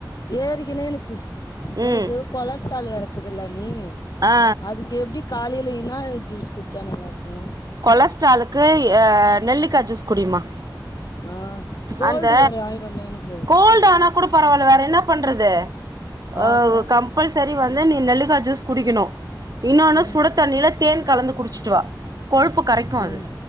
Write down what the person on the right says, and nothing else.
ம்
ஆ
கொலஸ்ட்ராலுக்கு ஏ அ நெல்லிக்கா ஜூஸ் குடிமா
அந்த
கோல்டு ஆனா கூட பரவால்ல வேற என்ன பண்றது
அ
கம் கம்பல்சரி வந்து நீ நெல்லிகா ஜூஸ் குடிக்கனு இன்னொனு
சுட தண்ணில தேன் கலந்து குடிச்சிட்டு வா கொழுப்பு கரைக்கு
அது